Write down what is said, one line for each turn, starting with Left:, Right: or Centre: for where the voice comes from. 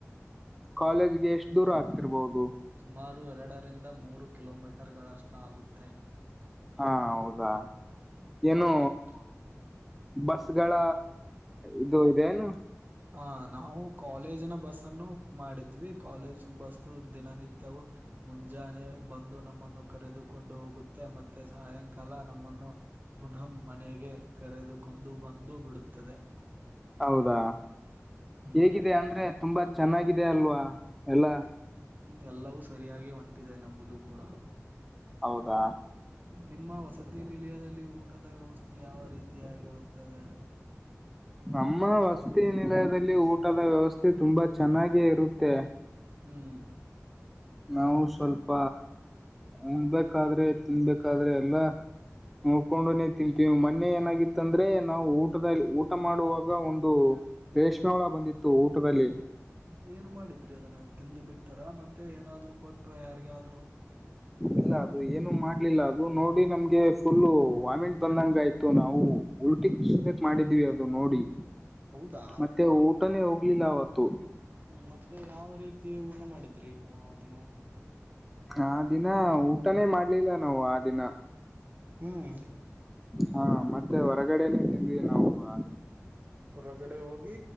Centre: ಕಾಲೇಜ್ಗೆ ಎಷ್ಟು ದೂರ ಆಗ್ತಿರ್ಬಹುದು.
Right: ಸುಮಾರು ಎರಡರಿಂದ ಮೂರು ಕಿಲೋ ಮೀಟರ್ ಗಳಷ್ಟು ಆಗುತ್ತೆ.
Centre: ಹಾ ಹೌದಾ
Right: ಹ್ಮ್
Centre: ಏನು
Right: ಹೌದು
Centre: ಬಸ್ಗಳ ಇದು ಏನು.
Right: ಹ ನಾವು ಕಾಲೇಜಿನ ಬಸ್ ಅನ್ನು ಮಾಡಿದ್ವಿ ಕಾಲೇಜ್ ಬಸ್ಸು ದಿನನಿತ್ಯವು. ಮುಂಜಾನೆ ಬಂದು ನಮ್ಮನ್ನು ಕರೆದುಕೊಂಡು ಹೋಗುತ್ತೆ ಮತ್ತೆ ಸಾಯಂಕಾಲ ನಮ್ಮನ್ನು. ಪುನಃ ಮನೆಗೆ ಕರೆದುಕೊಂಡು ಬಂದು ಬಿಡುತ್ತದೆ.
Centre: ಹೌದಾ
Right: ಹ್ಮ್
Centre: ಹೇಗಿದೆ ಅಂದ್ರೆ ತುಂಬಾ ಚೆನ್ನಾಗಿದೆ ಅಲ್ವಾ ಎಲ್ಲ.
Right: ಹ ಎಲ್ಲವೂ ಸರಿಯಾಗಿ ಒಂಟಿದೆ ನಂಬುದು ಕೂಡ.
Centre: ಹೌದಾ
Right: ನಿಮ್ಮ ವಸತಿ ನಿಲಯದಲ್ಲಿ ಊಟದ ವ್ಯವಸ್ಥೆ ಯಾವ ರೀತಿಯಾಗಿರುತ್ತದೆ.
Centre: ನಮ್ಮ ವಸತಿ ನಿಲಯದಲ್ಲಿ ಊಟದ ವ್ಯವಸ್ಥೆ ತುಂಬಾ ಚೆನ್ನಾಗ ಇರುತ್ತೆ.
Right: ಹ್ಮ್
Centre: ನಾವು ಸ್ವಲ್ಪ ಉಂಬಬೇಕಾದ್ರೆ ತಿನ್ಬೇಕಾದ್ರೆ ಎಲ್ಲಾ. ನೋಡ್ಕೊಂಡನನೆ ತಿಂತೀವಿ ಮೊನ್ನೆ ಏನಾಗಿತ್ತ ಅಂದ್ರೆ ನಾವು ಊಟದಾಳಿ ಊಟ ಮಾಡುವಾಗ ಒಂದು. ರೇಷ್ಮೆ ಹುಳ ಬಂದಿತ್ತು ಊಟದಲ್ಲಿ.
Right: ಮ ಏನ್ ಮಾಡಿದ್ರಿ ಅದನ್ನ ತಿಂದು ಬಿಟ್ಟಾರ ಮತ್ತೆ ಏನಾದ್ರು ಕೊಟ್ರ ಯಾರಿಗಾದ್ರು.
Centre: ಇಲ್ಲ ಅದು ಏನು ಮಾಡ್ಲಿಲ್ಲ ಅದು ನೋಡಿ ನಮ್ಗೆ ಫುಲ್ಲ ವಾಮಿಟ್ ಬಂದಂಗ ಆಯ್ತು ನಾವು. ಉಲ್ಟಿ ಸುರಕ್ ಮಾಡಿದ್ವಿ ಅದು ನೋಡಿ
Right: ಹೌದಾ
Centre: ಮತ್ತೆ ಊಟನೇ ಹೋಗ್ಲಿಲ್ಲ ಅವತ್ತು.
Right: ಹ್ಮ್ ಮತ್ತೆ ಯಾವ ರೀತಿ ಊಟ ಮಾಡಿದ್ರಿ ನೀವು ಅ ದಿನ.
Centre: ಆ ದಿನ ಊಟನೇ ಮಾಡ್ಲಿಲ್ಲ ನಾವು ಆ ದಿನ.
Right: ಹ್ಮ್
Centre: ಹಾ ಮತ್ತೆ ಹೊರಗಡೆನೆೇ ತಿಂದ್ವಿ ನಾವು ಅ
Right: ಹೊರಗಡೆ ಹೋಗಿ